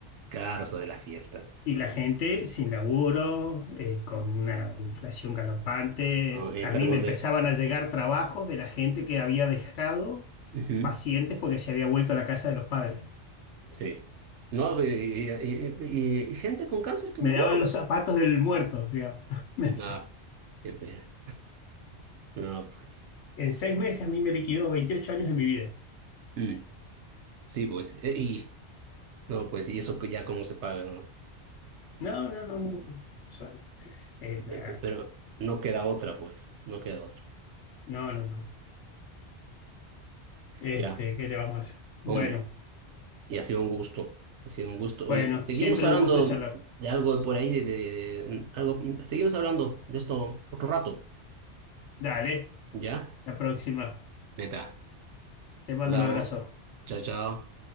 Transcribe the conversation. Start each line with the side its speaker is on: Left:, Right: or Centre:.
Right: claro, eso de la fiesta.
Left: Y la gente sin laburo, eh, con una inflación galopante,
Right: ¿no? Enfermos
Left: a mí me empezaban
Right: de...
Left: a llegar trabajos de la gente que había dejado
Right: Ujú.
Left: pacientes porque se había vuelto a la casa de los padres.
Right: Sí. No, y, y- y- y gente con cáncer que
Left: Me
Right: murió.
Left: daban los zapatos del muerto, digamos. <laughs> Me-
Right: No, qué pena. No, pues.
Left: En seis meses a mí me liquidó 28 años de mi vida.
Right: Mm, Sí, pues. eh, Y, no, pues, y eso que ya cómo se paga, ¿no?
Left: No, no, no, no. Soy- eh, me
Right: Pe- pe- Pero no queda otra, pues. No queda otra.
Left: No, no, no. Este,
Right: Ya,
Left: ¿qué le vamos a hacer? Bueno,
Right: hombre. Y ha sido un gusto. Ha sido un gusto.
Left: bueno,
Right: Oye, se- seguimos
Left: siempre
Right: hablando
Left: un gusto charlar.
Right: de algo de por ahí, de, de- de- algo. Seguimos hablando de esto otro rato.
Left: Dale,
Right: ¿Ya?
Left: la próxima.
Right: Neta.
Left: Te mando
Right: Hablamos.
Left: un abrazo.
Right: Chao, chao.